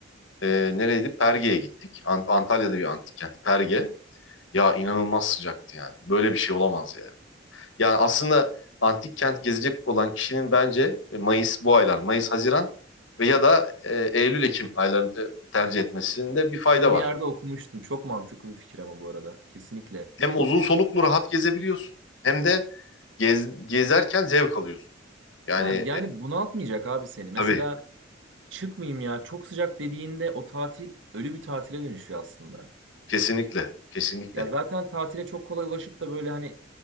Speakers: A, on the left; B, on the right.
A: e, nereydi? Perge'ye gittik. An- Antalya'da bir antik kent. Perge. Ya inanılmaz sıcaktı yani. Böyle bir şey olamaz ya. Yani aslında antik kent gezecek olan kişinin bence e, Mayıs bu aylar, Mayıs, Haziran ve ya da e, Eylül, Ekim aylarını te- tercih etmesinde bir fayda
B: Bunu
A: var.
B: bir yerde okumuştum. Çok mantıklı bir fikir ama bu arada. Kesinlikle.
A: Hem uzun soluklu rahat gezebiliyorsun hem de gez- gezerken zevk alıyorsun. Yani
B: Ha yani
A: e,
B: bunaltmayacak abi seni. Mesela
A: tabii
B: çıkmayayım ya çok sıcak dediğinde o tatil ölü bir tatile dönüşüyor aslında.
A: kesinlikle, kesinlikle.
B: Ya zaten tatile çok kolay ulaşıp da böyle hani